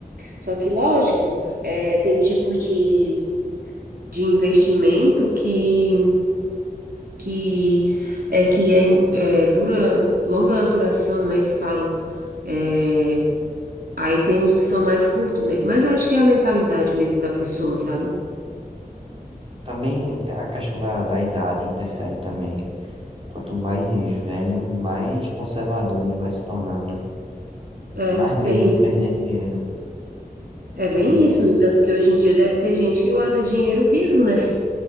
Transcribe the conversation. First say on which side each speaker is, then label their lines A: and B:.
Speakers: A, on the right; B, on the right.
A: Só que, lógico, é, tem tipos de, de investimento que, que é que é, em- é, dura, longa duração, né, que falam. É,
B: Isso.
A: aí tem os que são mais curtos, né? Mas acho que é a mentalidade mesmo da pessoa, sabe?
B: Também a questão da, da idade interfere também. Quanto mais velho, mais conservador ele vai se tornando, né?
A: É,
B: Mais
A: bem,
B: medo de perder dinheiro.
A: é bem
B: Mais medo,
A: isso.
B: de-
A: No entanto, que hoje em dia deve ter gente que guarda dinheiro vivo, né?